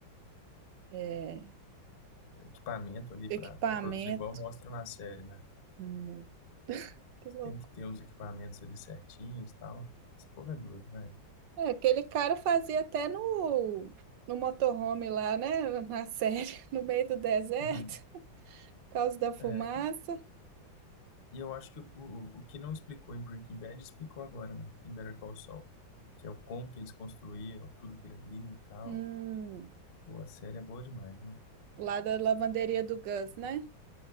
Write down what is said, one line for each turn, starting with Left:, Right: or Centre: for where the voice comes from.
Right: é,
Left: Equipamento ali
Right: equipamento.
Left: para produzir igual mostra na série, né?
Right: Hum, que
Left: Você
Right: louco.
Left: tem que ter os equipamentos ali certinhos e tal. Esse povo é doido, velho.
Right: É, aquele cara fazia até no, no motorhome lá, né? Na série, <laughs> no meio do deserto,
Left: Uhum.
Right: por causa da fumaça.
Left: É, e, e eu acho que o, o o que não explicou em Breaking Bad explicou agora, né? Em Better Call Saul, que é o como que eles construíram, tudo que ele ali e tal.
Right: Hum,
Left: Pô, a série é boa demais, né?
Right: lá da lavanderia do Gus, né?